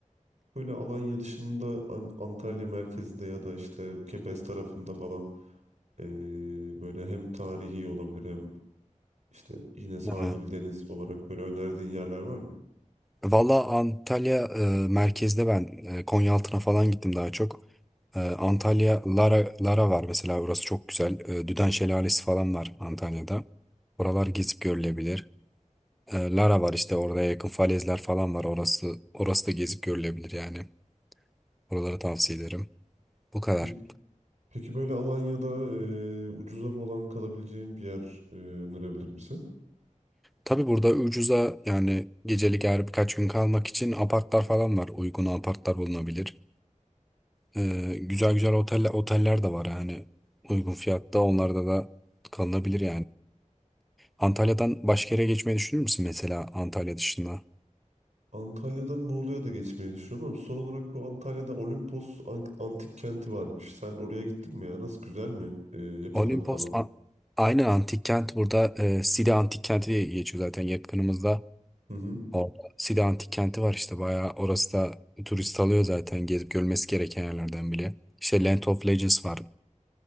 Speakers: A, on the right; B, in the centre.
A: Böyle Alanya dışında An- Antalya merkezde ya da işte Kepez tarafında falan e, böyle hem tarihi olabilir hem işte yine sahil
B: Ha.
A: deniz olarak böyle önerdiğin yerler var mı?
B: Valla Antalya e, merkezde ben e, Konyaaltı'na falan gittim daha çok. E, Antalya Lara Lara var mesela orası çok güzel. E, Düden Şelalesi falan var Antalya'da. Oralar gezip görülebilir. E, Lara var işte orada yakın falezler falan var. Orası orası da gezip görülebilir yani. Oraları tavsiye ederim. Bu kadar.
A: Peki, peki böyle Alanya'da e, ucuza falan kalabileceğim bir yer e, önerebilir misin?
B: Tabii burada ucuza yani gecelik eğer birkaç gün kalmak için apartlar falan var. Uygun apartlar bulunabilir. E, güzel güzel otel, oteller de var yani. Uygun fiyatta onlarda da kalınabilir yani. Antalya'dan başka yere geçmeyi düşünür müsün mesela Antalya dışında?
A: Antalya'dan Muğla'ya da geçmeyi düşünüyorum ama son olarak bu Antalya'da Olimpos An- Antik Kenti varmış. Sen oraya gittin mi ya? Nasıl güzel mi e, yapılar
B: Olimpos
A: falan?
B: a- aynı antik kent burada e, Side Antik Kenti diye geçiyor zaten yakınımızda.
A: Hı hı.
B: Orada Side Antik Kenti var işte bayağı orası da turist alıyor zaten gezip görülmesi gereken yerlerden bile. İşte Land of Legends var.